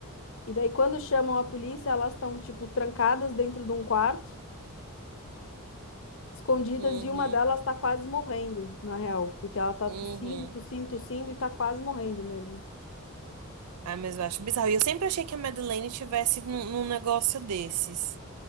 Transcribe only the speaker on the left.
E daí, quando chamam a polícia, elas estão, tipo, trancadas dentro de um quarto, escondidas,
e uma delas tá quase morrendo, na real, porque ela tá
tossindo, tossindo, tossindo e tá quase morrendo mesmo.